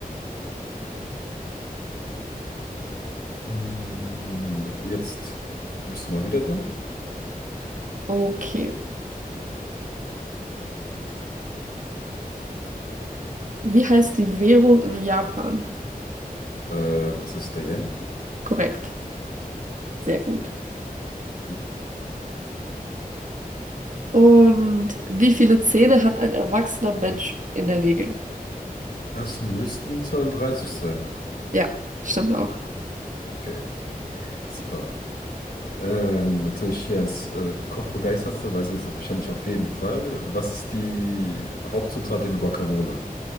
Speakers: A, on the left; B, on the right.
A: Mm, Jetzt bist du mal wieder dran.
B: Okay. Wie heißt die Währung in Japan?
A: Äh, das ist der Yen.
B: Korrekt. Sehr gut.
A: Mhm.
B: Und wie viele Zähne hat ein erwachsener Mensch in der Regel?
A: Das müssten 32 sein.
B: Ja, stimmt auch.
A: Okay, super. Ähm, natürlich hier als äh, Kochbegeisterter weißt du das wahrscheinlich auf jeden Fall. Was ist die Hauptzutat in Guacamole?